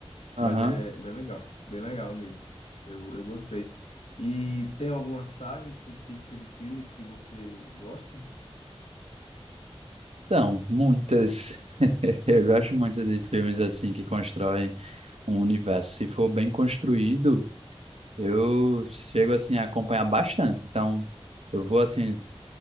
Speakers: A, on the right (about 75°); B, on the left (about 90°).
A: Aham.
B: Mas é bem legal, bem legal mesmo. Eu, eu gostei. E tem alguma saga específica de filmes que você gosta?
A: Então, muitas. <laughs> Eu gosto muito de filmes assim que constroem um universo. Se for bem construído, eu chego assim a acompanhar bastante. Então, eu vou assim